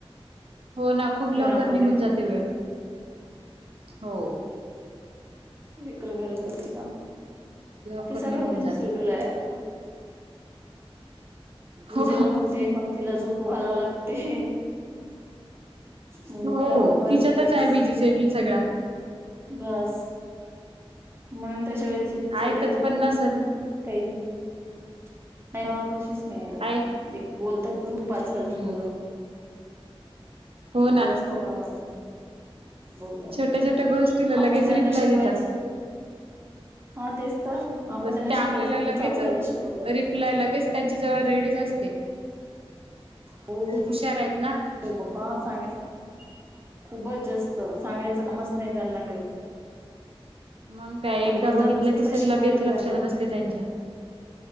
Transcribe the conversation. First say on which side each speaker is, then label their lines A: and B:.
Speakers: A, on the right; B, on the right.
A: हो ना, खूप लवकर
B: घरामध्ये.
A: निघून जाते वेळ हो.
B: लेकरं घरात असली का,
A: लवकर
B: ते
A: निघून
B: सगळं बिझी
A: जाते.
B: शेड्यूल आहे आपलं. तिचे
A: हो
B: जेवण होते, मग तिला झोपू घालावं लागते. मग
A: हो
B: उठल्यावर परत
A: तिच्यातच
B: तेस-'
A: आहे बिझी शेड्यूल सगळा
B: बास म्हणून त्याच्या व्यतिरिक्त
A: ऐकत
B: सध्या आता
A: पण नसल
B: काही नाही म कोशिस हं
A: ऐक
B: एक बोलतात पण खूप आजकालची
A: हम्म.
B: मुलं.
A: हो
B: खूप
A: ना
B: जास्त प्रमाणात बोलतात
A: छोट्या -छोट्या गोष्टी लगेच
B: आपण त्यांना
A: रिप्लाय
B: शिकवायचं
A: देतात.
B: हा तेच तर आपण
A: बस
B: त्यांना
A: त्या
B: शिकवायचं
A: आपल्याला
B: तर,
A: लगेच
B: ते आपल्याला शिकवतात.
A: रिप्लाय लगेच त्यांच्या जवळ रेडीच असते.
B: खुप
A: खूप हुशार आहेत ना.
B: हो पप्पा सांगायसच खूपच
A: हम्म
B: जास्त, सांगायचं कामच नाही त्यांना काही.
A: मग काय
B: तर
A: एकदा
B: बोलतातच
A: बघितलं की
B: काय
A: सर
B: शिकवलं
A: लगेच लक्षात
B: त्यांना
A: बसते त्यांच्या.